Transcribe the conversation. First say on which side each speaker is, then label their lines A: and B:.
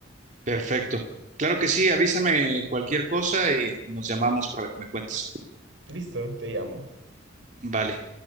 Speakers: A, on the right (about 40°); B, on the right (about 70°).
A: Perfecto. Claro que sí, avísame cualquier cosa y nos llamamos para que me cuentes.
B: Listo, te llamo.
A: Vale.